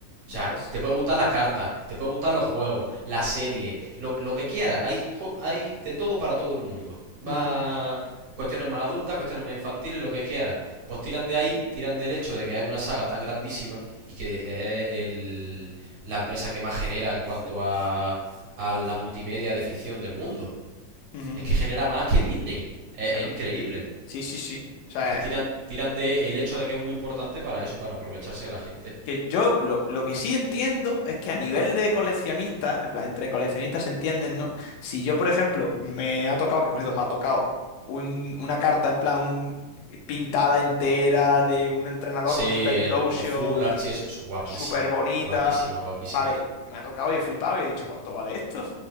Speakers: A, on the right; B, on the left.
A: sea,
B: Ya ves.
A: te puede gustar las cartas, te puede gustar los juegos, la serie, lo, lo que quieras. Hay, hay de todo para todo el mundo. Más
B: Mm,
A: cuestiones más adultas, cuestiones más infantiles, lo que quieras. Pues tiran de ahí, tiran del hecho de que es una saga tan grandísima y que es el- la empresa que más genera en cuanto a, a la multimedia de ficción del mundo.
B: ujú,
A: Es que genera más que Disney. Es,
B: claro.
A: es increíble.
B: Sí, sí, sí. O sea,
A: Entonces tiran, tiran de el hecho de que es muy importante para eso, para aprovecharse de la gente.
B: Que yo lo, lo que sí entiendo es que a nivel de coleccionista, en plan, entre coleccionistas se entienden, ¿no? Si yo, por ejemplo, me ha tocado, que por cierto me ha tocado un- una carta en plan pintada entera de un entrenador
A: Sí,
B: con su Typlosion,
A: el- los full archies eso es guapísima,
B: súper bonita,
A: guapísima, guapísima.
B: vale, me ha tocado y he flipado y he dicho, ¿cuánto vale esto?